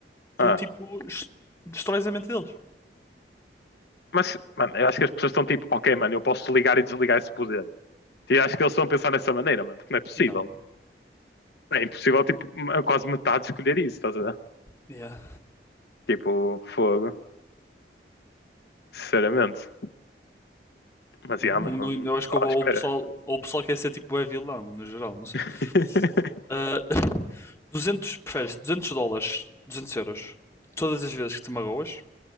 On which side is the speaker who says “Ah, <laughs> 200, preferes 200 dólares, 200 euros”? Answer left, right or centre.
Left